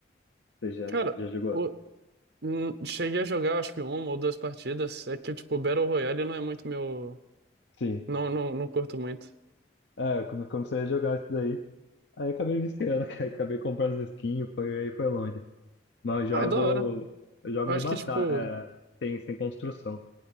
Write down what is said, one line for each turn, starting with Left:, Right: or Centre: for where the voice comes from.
Left: você já,
Right: Cara,
Left: já jogou.
Right: o- hum, cheguei a jogar acho que uma ou duas partidas. É que, tipo, Battle Royale não é muito meu.
Left: Sim.
Right: Não, não, não curto muito.
Left: É, eu come- comecei a jogar isso daí. Aí acabei viciando, <laughs> cara. Acabei comprando as skins, foi, aí foi longe. mas eu jogo,
Right: Ah, é da hora.
Left: eu jogo
Right: Eu acho
Left: de batalha,
Right: que, tipo.
Left: sem, sem construção.